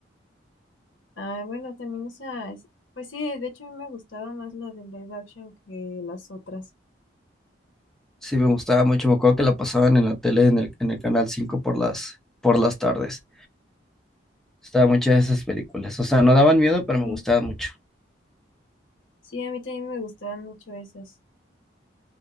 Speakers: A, on the left (about 85°); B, in the centre.
A: Ah, bueno, también esa, es- pues sí, de hecho a mí me gustaba más la de live action que las otras.
B: Sí, me gustaba mucho. Me acuerdo que la pasaban en la tele, en el, en el canal 5 por las, por las tardes. Estaba muchas de esas películas. O sea, no daban miedo, pero
A: Mm,
B: me gustaba mucho.
A: Sí, a mí también me gustaban mucho esas.